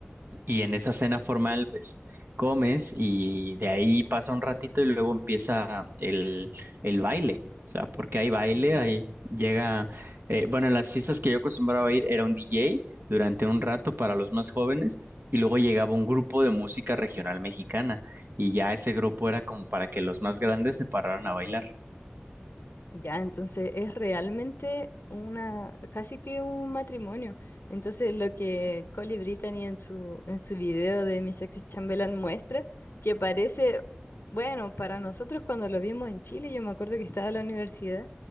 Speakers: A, on the right (about 60°); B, on the left (about 70°).
A: y en esa cena formal, pues comes y de ahí pasa un ratito y luego empieza el, el baile. O sea, porque hay baile,
B: Ujú.
A: ahí llega, eh, bueno, en las fiestas que yo acostumbraba a ir era un DJ durante un rato para los más jóvenes y luego llegaba un grupo de música regional mexicana y ya ese grupo era como para que los más grandes se pararan a bailar.
B: Ya, entonces es realmente una, casi que un matrimonio. Entonces lo que Colly Brittany en su, en su video de Miss Sexy Chamberlain muestra, que parece, bueno, para nosotros cuando lo vimos en Chile, yo me acuerdo que estaba en la universidad,